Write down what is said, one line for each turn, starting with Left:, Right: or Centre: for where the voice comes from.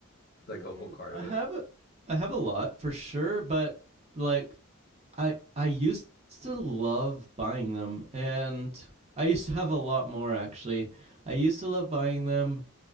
Left: like
Right: Mm,
Left: a whole card
Right: I
Left: of
Right: have
Left: it?
Right: I have a lot for sure, but like I I used to love buying them, and I used to have a lot more actually. I used to love buying them,